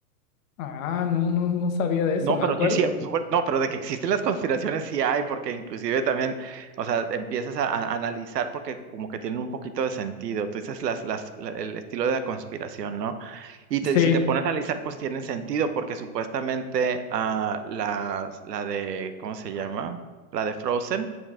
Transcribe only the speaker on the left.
Ah, no, no, no sabía de eso,
¿me
acuerdo?
Sí.